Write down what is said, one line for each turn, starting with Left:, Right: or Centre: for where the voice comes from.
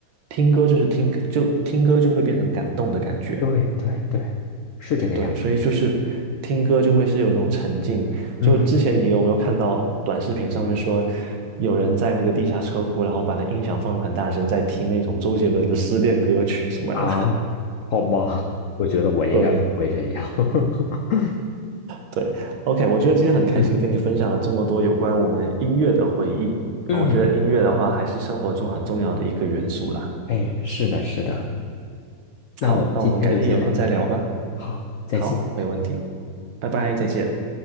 Right: 听歌就是听歌，就听歌就会变成感动的感觉。
Left: 对对对，是这个样子。
Right: 对，所以就是听歌就会是有那种沉浸。
Left: 嗯
Right: 就之前你有没有看到短视频上面说，有人在那个地下车库，然后把那音响放得很大声，在听那种周杰伦的失恋歌曲什么的？
Left: 啊，好吧，我觉得我应该不会这样。
Right: <laughs> 对。
Left: <laughs>
Right: 对，OK，我觉得今天很开心跟你分享了这么多有关我们音乐的回忆啊，
Left: 嗯嗯，
Right: 我觉得音乐的话还是生活中很重要的一个元素啦。
Left: 哎，是的，是的。那我们今天就先聊到这儿，
Right: 好，那我们改天有空再聊吧。
Left: 好，再见。
Right: 好，没问题，拜拜，再见。